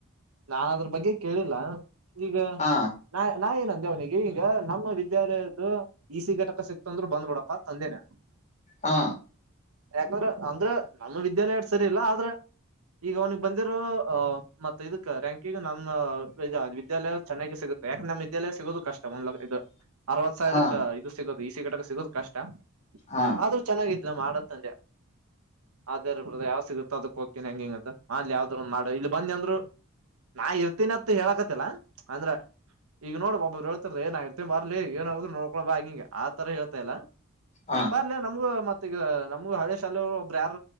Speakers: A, on the right (about 80°); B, on the left (about 30°).
A: ನಾ ಅದ್ರ ಬಗ್ಗೆ ಕೇಳಿಲ್ಲ ಈಗ
B: ಹಾ
A: ನಾ ನಂದೇ ಅವನಿಗೆ ಈಗ ನಮ್ಮ ವಿದ್ಯಾಲಯದ್ದು ಈ ಸಿ ಘಟಕ ಸಿಕ್ ತಂದ್ರು ಬಂದ್ಬಿಡಪ್ಪ ಅಂದೇನೆ
B: ಹಾ
A: ಯಾಕಂದ್ರ ಅಂದ್ರ ನಮ್ಮ ವಿದ್ಯಾಲಯ ಸರಿ ಇಲ್ಲಾ ಆದ್ರೆ ಈಗ ಅವ್ನಿಗೆ ಬಂದಿರೋ ಆಹ ಮತ್ತತ್ ಇದಕ್ ರ್ಯಾಂಕಿಂಗ್ ನಮ್ಮ ವಿದ್ಯಾಲಯ ಚೆನ್ನಾಗಿ ಸಿಗುತ್ತೆ ಯಾಕೆ ನಮ್ಮ್ದ್ಯಾಲಯ ಸಿಗೋದು ಕಷ್ಟ ಒಂದ್ ಇದು ಅರವತ್ ಸಾವಿರಕ್ಕೆ
B: ಹಾ
A: ಇದು ಸಿಗದು ಈ ಸಿಗಟಕ ಸಿಗದ್ ಕಷ್ಟ
B: ಹಾ
A: ಆದ್ರೂ ಚೆನ್ನಾಗಿದ್ಲ ಮಾಡದು ಸಂದಯ ಅದೇ ರ ಬ್ರದ ಯಾವ್ ಸಿಗುತ್ತೋ ಅದಕ್ ಹೋಗಕೇನ ಹೆಂಗಿಂಗಂತ ಅಲ್ಲಿ ಯಾವ್ದ್ ಒಂದು ಮಾಡಾ ಇಲ್ಲಿ ಬಂದಿ ಅಂದ್ರು ನಾ ಇರ್ತೀನತ್ ಹೇಳಕತಿಲ್ಲ ಅಂದ್ರ ಈಗ ನೋಡ್ ಬ ಒಬಬ್ರು ಹೇತಾರ ಏನ್ ಇರ್ತತಿನ್ ಬರ್ಲಿ ಏನ್ರ ನೋಕೊಳ ಬಾ ಹಂಗಿಂಗ ಆತರ ಹೇಳ್ತಾ ಇಾ
B: ಹಾ
A: ಬರ್ಲ ನಮ್ಗೂ ಮತ್ತ ಈಗ ನಮ್ಗ ಹಳೇಶಾಲ ಒಬ್ಬ್ರ ಯಾರ